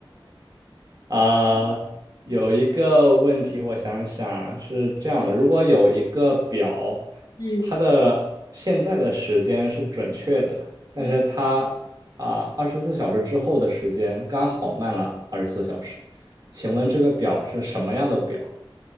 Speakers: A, on the right (about 45°); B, on the left (about 50°).
A: 啊、有一个问题，我想想啊是这样的：如果有一个表，
B: <laughs> 嗯
A: 它的现在的时间是准确的，但是它啊二十四小时之后的时间刚好慢了二十四小时，
B: 嗯，
A: 请问这个表是什么样的表？